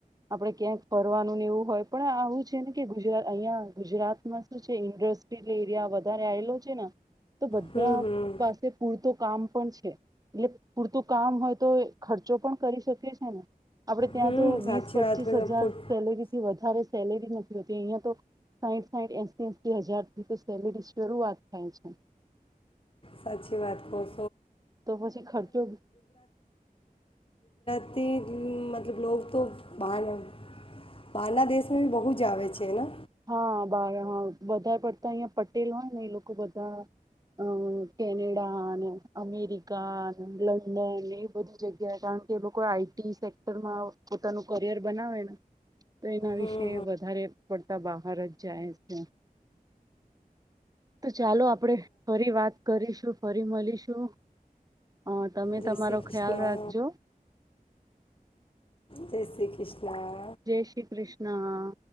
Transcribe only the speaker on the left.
હમ હમ
હમ
સાચી
વાત કહો છો.
પોત
સાચી વાત ખૂબ
મતલબ લોકો તો બહના બહારના દેશમાં ભી બહુ જ આવેે છેને
હમ
જય
શ્રી કૃષ્ણ
જય શ્રી કૃષ્ણ.